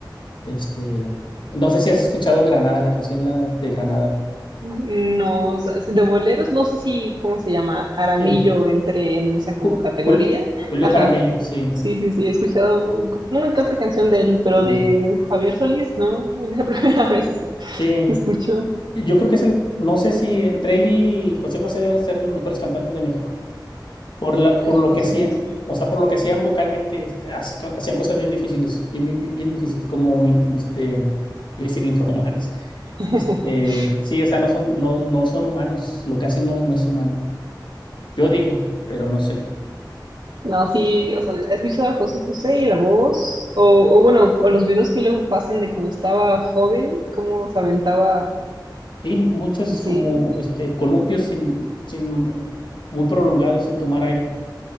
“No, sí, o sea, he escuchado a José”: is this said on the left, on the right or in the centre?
Right